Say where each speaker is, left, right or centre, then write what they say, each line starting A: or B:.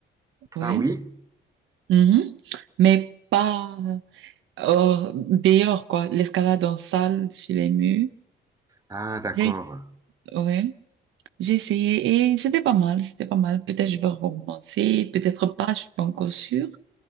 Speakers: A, on the right (about 80°); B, on the right (about 15°).
A: ouais.
B: Ah oui?
A: Mhm. Mais pas euh, dehors, quoi. L'escalade en salle, sur les murs.
B: Ah, d'accord.
A: J'ai, ouais. J'ai essayé et c'était pas mal, c'était pas mal. Peut-être je vais recommencer, peut-être pas, je suis pas encore sûre.